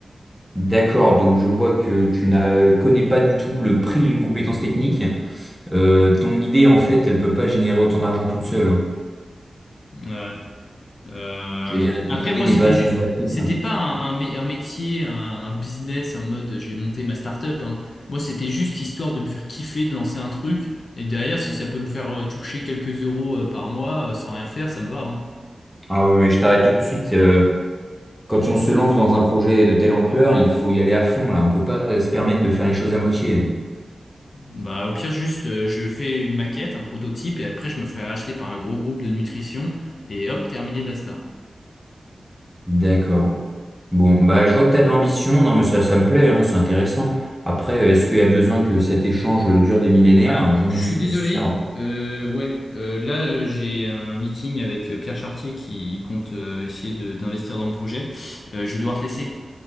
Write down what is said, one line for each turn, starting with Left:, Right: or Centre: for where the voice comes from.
Centre: D'accord, donc je vois que tu n'as- connais pas du tout le prix d'une compétence technique. Euh, ton idée, en fait, elle peut pas générer autant d'argent toute seule. hein.
Left: Ouais. Euh,
Centre: Je veux dire, l'idée
Left: Après, moi,
Centre: n'est
Left: c'était
Centre: pas assez
Left: juste,
Centre: novatrice.
Left: c'était
Centre: hein.
Left: pas un, un, mé- un métier, un, un business en mode j'ai monté ma start-up. hein. Moi, c'était juste histoire de me faire kiffer, de lancer un truc. Et derrière, si ça peut me faire euh, toucher quelques euros euh, par mois euh, sans rien faire, ça me va. hein.
Centre: Ah oui, mais je t'arrête tout de suite. euh, quand on se lance dans un projet de telle ampleur, il faut y aller à fond, là. On peut pas euh, se permettre de faire les choses à moitié.
Left: Bah, au pire, juste, euh, je fais une maquette, un prototype, et après, je me ferai racheter par un gros groupe de nutrition. Et hop, terminé, basta.
Centre: D'accord. Bon, bah, je vois que tu as de l'ambition. Non, mais ça, ça me plaît, hein, c'est intéressant. Après, euh, est-ce qu'il y a besoin que cet échange dure des millénaires?
Left: Ah,
Centre: Je n'en
Left: je suis
Centre: suis
Left: désolé.
Centre: pas sûr.
Left: Euh, ouais, euh, là euh, j'ai un meeting avec euh, Pierre Chartier qui compte euh, essayer de- d'investir dans mon projet. Euh, je vais devoir te laisser.